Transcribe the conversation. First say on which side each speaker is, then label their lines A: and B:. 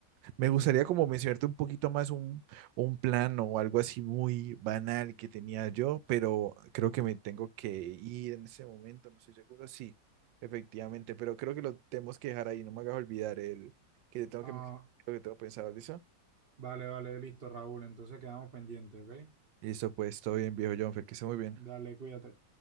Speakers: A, on the right; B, on the right.
A: Me gustaría
B: Mm,
A: como mencionarte un poquito más un, un plan o algo así muy banal que tenía yo, pero creo que me tengo que ir en ese momento, no estoy seguro. Sí, efectivamente, pero creo que lo tenemos que dejar ahí, no me hagas olvidar el que te tengo
B: Ah,
A: que mencionar, lo que tengo pensado, ¿listo?
B: vale, vale, listo, Raúl. Entonces quedamos pendientes, ¿ok?
A: Listo, pues todo bien, viejo Jonfer, que esté muy bien.
B: Dale, cuídate.